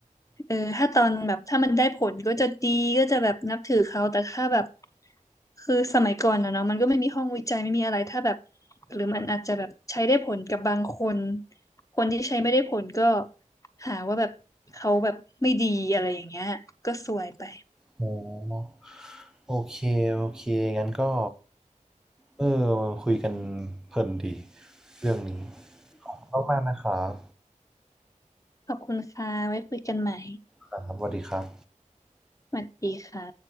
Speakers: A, on the left (about 25°); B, in the centre.
A: เออถ้าตอนแบบถ้ามันได้ผลก็จะดีก็จะแบบนับถือเขาแต่ถ้าแบบคือสมัยก่อนอะเนาะมันก็ไม่มีห้องวิจัยไม่มีอะไรถ้าแบบหรือมันอาจจะแบบใช้ได้ผลกับบางคนคนที่ใช้ไม่ได้ผลก็หาว่าแบบเขาแบบไม่ดีอะไรอย่างเงี้ยก็ซวยไป
B: โอ๋โอเคโอเคงั้นก็เออคุยกันเพลินดีเรื่องนี้ขอบคุณมากนะครับ
A: ขอบคุณค่ะไว้คุยกันใหม่
B: ครับสวัสดีครับ
A: สวัสดีค่ะ